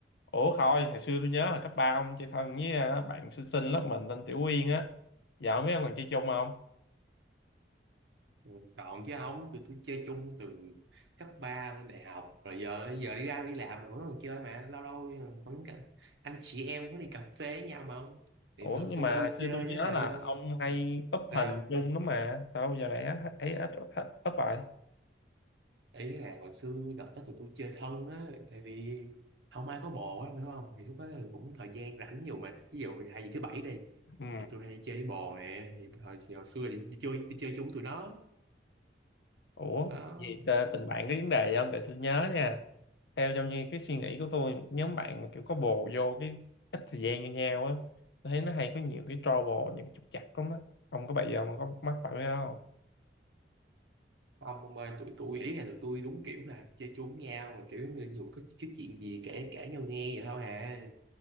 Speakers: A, on the left; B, on the right.
A: Ủa thôi, hồi xưa tôi nhớ là cấp 3 ông chơi thân với ờ, bạn xinh xinh lớp mình tên Tiểu Uyên á. Dạo mấy ông còn chơi chung không?
B: Ừ, Còn chứ không, tụi tôi chơi chung từ cấp 3 lên đại học Rồi giờ giờ đi ra đi làm mà vẫn còn chơi mà Lâu lâu vẫn cả, anh chị em có đi cà phê với nhau mà không Thì
A: Ủa
B: hồi xưa
A: nhưng mà
B: tôi
A: hồi xưa
B: chơi
A: tôi
B: với
A: nhớ
B: lại
A: là
B: ờ,
A: ông hay up
B: Sao?
A: hình chung lắm mà. Sao giờ này thấy ít ít up rồi?
B: Ý là hồi xưa đợt đó tụi tôi chơi thân á Tại vì không ai có bồ á, hiểu không Thì lúc đó thì cũng thời gian rảnh nhiều mà Ví dụ hay gì thứ bảy đi
A: Ừ.
B: Thì tôi hay đi chơi với bồ nè Thì hồi, thì hồi xưa đi, đi chơi đi chơi chung tụi nó
A: Ủa,
B: Đó
A: vậy tờ-
B: thành
A: tình bạn có vấn đề gì không? Tại tôi nhớ nha. Theo trong như cái suy nghĩ của tôi, nhóm bạn mà kiểu có bồ vô cái ít thời gian như nhau á, tôi thấy nó hay có nhiều cái trouble, những trục trặc lắm á. Ông có bị gì không? Ông có mắc phải mấy cái đó không?
B: Không ông ơi tụi tôi ý là tụi tôi đúng kiểu là chơi chung với nhau mà kiểu như dù có cái chuyện gì kể kể nhau nghe vậy thôi à